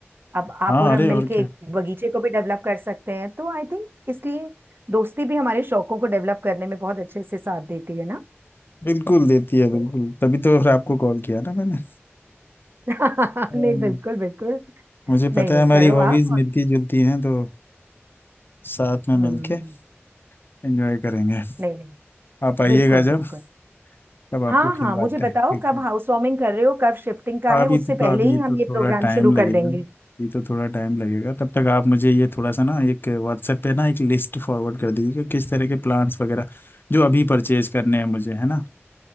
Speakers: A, on the right; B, on the left.
A: अब आप
B: हाँ
A: और
B: अरे
A: हम मिलके
B: और क्या
A: एक बगीचे को भी डेवलप कर सकते हैं तो आई थिंक इसलिए दोस्ती भी हमारे शौकों को डेवलप करने में बहुत अच्छे से साथ देती है ना
B: बिल्कुल देती है बिल्कुल
A: तो
B: तभी तो फिर आपको कॉल किया ना मैंने
A: <laughs>
B: हम्म,
A: नहीं बिल्कुल बिल्कुल
B: मुझे
A: नहीं
B: पता
A: नहीं
B: है हमारी
A: करो
B: हॉबीज
A: आप
B: मिलती
A: और-
B: जुलती हैं तो साथ में
A: हम्म
B: मिलके एंजॉय करेंगे
A: नहीं नहीं
B: आप आइएगा
A: बिल्कुल
B: जब
A: बिल्कुल
B: तब आपको
A: हाँ
B: खिलवाते
A: हाँ मुझे बताओ
B: हैं क्रिकेट
A: कब हाउस वार्मिंग कर रहे हो कब शिफ्टिंग का
B: अभी
A: है उससे
B: तो तो
A: पहले
B: अभी
A: ही
B: तो
A: हम
B: थोड़ा
A: ये प्रोग्राम
B: टाइम
A: शुरू
B: लगेगा
A: कर देंगे
B: अभी तो थोड़ा टाइम लगेगा तब तक आप मुझे ये थोड़ा सा ना एक व्हाट्सएप पे ना एक लिस्ट फॉरवर्ड कर दीजिए कि किस तरह के प्लान्स वगैरह जो अभी परचेज करने हैं मुझे है ना